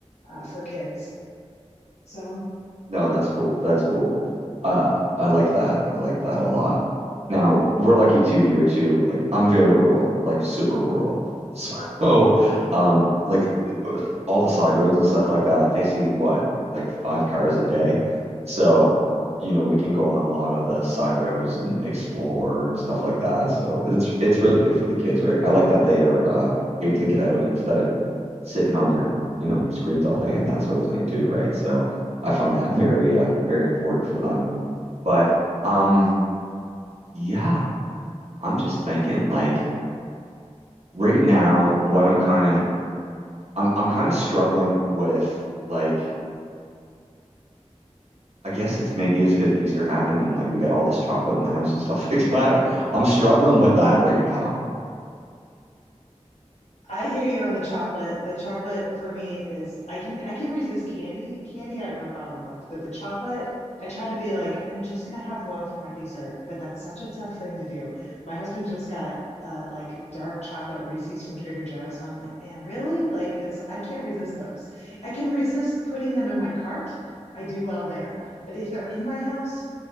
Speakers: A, on the left; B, on the right.
A: uh, for kids so
B: No, that's cool. That's cool. Uh, I like that. I like that a lot. Now, we're lucky too here too. Like I'm very rural, like super rural. <laughs> So, um, like all the side roads and stuff like that, they see what, like five cars a day. So, you know, we can go on a lot of the side roads and explore and stuff like that. So it's it's really good for the kids, right? I like that they are uh, able to get out and instead of sitting on their, you know, screens all day and that sort of thing too, right? So I find that very uh, very important for them. But um yeah, I'm just thinking like right now what I'm kind of I'm I'm kind of struggling with like I guess it's maybe it's because Easter happened and like we got all this chocolate in the house and stuff <laughs> like that. I'm struggling with that right now.
A: I hear you on the chocolate. The chocolate for me is I can I can resist candy. Candy I have no problem with, but the chocolate I try to be like I'm just gonna have one for my dessert, but that's such a tough thing to do. My husband just got uh like dark chocolate Reese's from Trader Joe's, and I'm like, man, really? Like, because I can't resist those. I can resist putting them in my cart. I do well there, but if they're in my house,